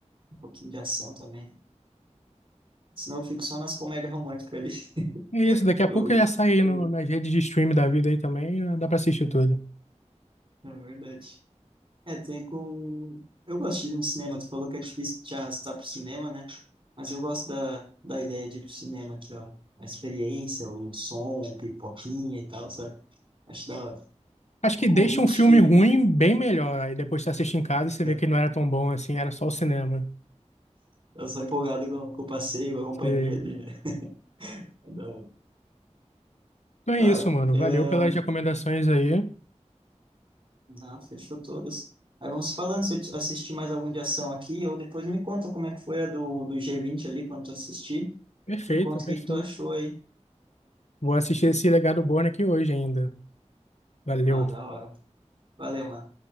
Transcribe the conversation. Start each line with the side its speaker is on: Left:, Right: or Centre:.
Right: Um pouquinho de ação também. Senão eu fico só nas comédias românticas ali. <laughs>
Left: É isso, daqui a
Right: Eu,
Left: pouco já sai aí
Right: eu,
Left: no, nas redes de stream da vida aí também, já dá pra assistir tudo.
Right: é verdade. É, tem com Eu gosto de ir no cinema, tu falou que é difícil te arrastar pro cinema, né? Mas eu gosto da, da ideia de ir pro cinema aqui, ó. A experiência, o som, um pipoquinha e tal, sabe? Acho da hora.
Left: Acho
Right: É
Left: que
Right: Um convite
Left: deixa um filme
Right: que
Left: ruim bem melhor, aí depois você assiste em casa e você
Right: <laughs>
Left: vê que não era tão bom assim, era só o cinema.
Right: eu sou empolgado com, com o passeio, com a companhia
Left: Você-
Right: ali, né? É da hora.
Left: Então é
Right: Cara,
Left: isso, mano,
Right: é...
Left: valeu pelas recomendações aí.
Right: não, fechou todas. Aí vamos falando se eu te- assistir mais algum de ação aqui, ou depois me conta como é que foi a do, do G20 ali, quando tu assistir.
Left: Perfeito,
Right: Me conta
Left: perfeito.
Right: o que que tu achou aí.
Left: Vou assistir esse Legado Born aqui hoje ainda. Valeu.
Right: Ah, da hora. Valeu, mano.